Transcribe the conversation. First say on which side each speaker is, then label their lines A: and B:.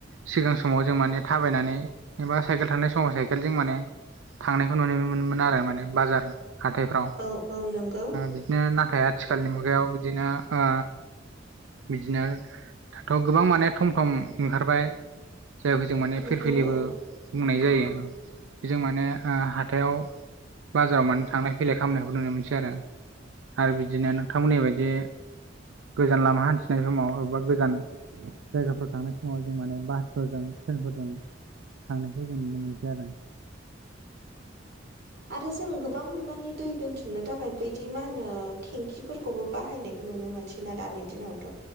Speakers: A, on the right; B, on the right.
A: सिगां समाव जों माने थाबायनानै एबा साइकेल थानाय समाव साइकेल जों माने थांनायखौ नुनो मोनोमोन आरो माने बाजार हाथायफ्राव
B: औ औ नंगौ
A: बिदिनो नाथाय आथिखालनि मुगायाव बिदिनो ओ बिदिनो दाथ' गोबां माने थम थम ओंखारबाय। जायखौ जों माने
B: नंगौ
A: फिरफिलिबो
B: औ
A: बुंनाय जायो। बेजों माने हाथायाव बाजाराव माने थांलाय फैलाय खालामनायखौ नुनो मोनसै आरो। आरो बिदिनो नोंथां बुंनाय बायदि गोजान लामा हान्थिनाय समाव एबा गोजान। जायगाफोराव थांनाय समाव जों माने बासफोरजों ट्रेनफोरजों थांनायखौ जों नुनो मोनसै आरो।
B: आरो जों गोबां बिबांनि। दै दोनथुमनो थाखाय बैदि मा होनो टेंखिफोरखौबो बाहायनाय नुनो मोनसैना दानि दिनावथ